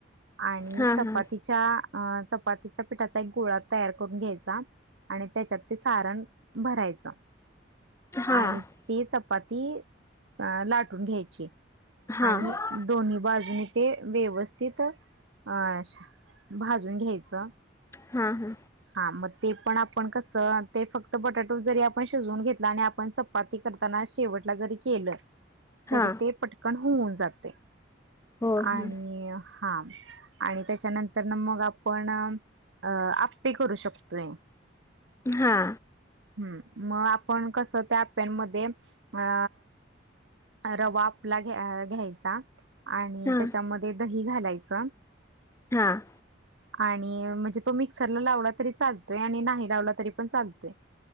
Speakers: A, on the right; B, on the left.
A: आणि
B: हा
A: चपातीच्या
B: हा
A: अ चपातीच्या पिठाचा एक गोळा तयार करून घ्यायचा. आणि त्याच्यात ते सारण भरायचं.
B: हा
A: आणि ते चपाती अ लाटून घ्यायची
B: हा हा
A: आणि दोन्ही बाजून तेे व्यवस्थित अशा भाजून घ्यायचं.
B: हा, हा.
A: हा मग ते पण आप पण कसं ते फक्त बटाटो जरी आपण शिजवून घेतला आणि आपण चपाती करताना शेवटला जरी केलं तरी
B: हा
A: ते पटकन होऊन जातंय
B: हो हो
A: आणि हा. आणि त्याच्यानंतरनं मग आपण अ आप्पे करू शकतोय.
B: हा.
A: हम्म, मग आपण कसं त्या पॅनमध्ये अ रवा आपला घ-घ्यायचा. आणि
B: हा
A: त्याच्यामध्ये दही घालायचं.
B: हां.
A: आणि म्हणजे, तो मिक्सरला लावला तरी चालतोय आणि नाही. झाल तरी पण चालतंय,